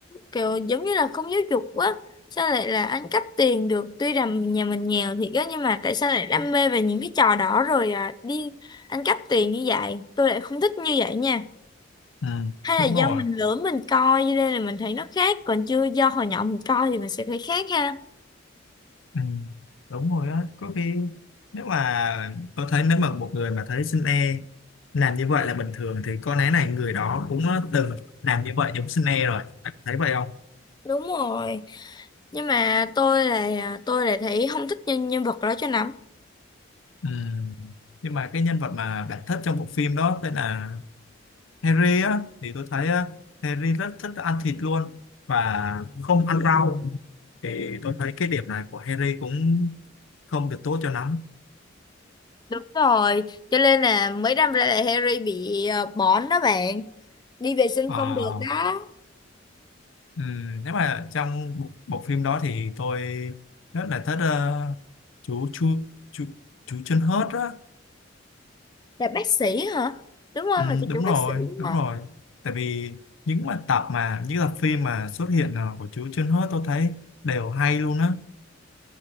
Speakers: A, on the left (about 20°); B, on the left (about 85°).
A: kiểu giống như là không giáo dục quá. Sao lại là ăn cắp tiền được? Tuy rằng nhà mình nghèo thiệt á, nhưng mà tại sao lại đam mê về những cái trò đó rồi à, đi ăn cắp tiền như vậy? Tôi lại không thích như vậy nha.
B: ừ,
A: hay
B: đúng
A: là do
B: rồi
A: mình lửa mình coi cho nên là mình thấy nó khác còn chưa do hồi nhỏ mình coi thì mình sẽ thấy khác ha
B: ừ, đúng rồi á có khi nếu mà tôi thấy nếu mà một người mà thấy xin e làm như vậy là bình thường thì có lẽ này người đó cũng từng làm như vậy giống xin e rồi bạn thấy vậy không
A: đúng rồi nhưng mà tôi là tôi là thấy không thích nhân nhân vật đó cho lắm
B: ừ. nhưng mà cái nhân vật mà bạn thích trong bộ phim đó tên là Harry á thì tôi thấy á, Harry rất thích ăn thịt luôn và không ăn rau thì tôi thấy cái điểm này của Harry cũng không được tốt cho lắm
A: đúng rồi cho nên là mấy năm ra là Harry bị ờ, bỏng đó bạn đi vệ sinh
B: Ờ,
A: không được đó
B: ừm, nếu mà trong bộ, bộ phim đó thì tôi rất là thích ờ, chú chú chú chú chân hớt á
A: là bác sĩ hả đúng không
B: Ừm,
A: là cho
B: đúng
A: chủ
B: rồi
A: bác sĩ đúng
B: đúng
A: không
B: rồi tại vì những mà tập mà những tập phim mà xuất hiện ờ, của chú chân hớt tôi thấy đều hay luôn á